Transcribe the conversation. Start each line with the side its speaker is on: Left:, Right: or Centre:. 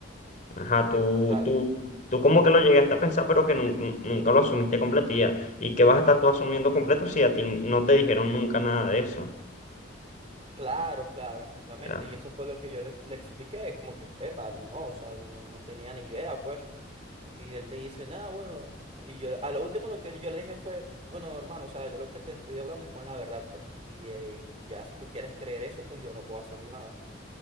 Left: ajá, tú,
Right: Pero claro,
Left: tú, tú como que lo llegaste a pensar, pero que nun- nunca lo asumiste completía. ¿Y que vas a estar tú asumiendo completo si a ti no te dijeron nunca nada de eso?
Right: claro, claro, exactamente.
Left: O sea,
Right: Y eso fue lo que yo le, le expliqué, como que, epa, no, o sea, yo no, no tenía ni idea, pues. Y él me dice, nada, bueno. Y yo, a lo último lo que yo le dije fue, bueno, hermano, o sea, yo lo que te estoy hablando es con la verdad, pues. Y, eh, ya si tú quieres creer eso, pues yo no puedo hacer nada.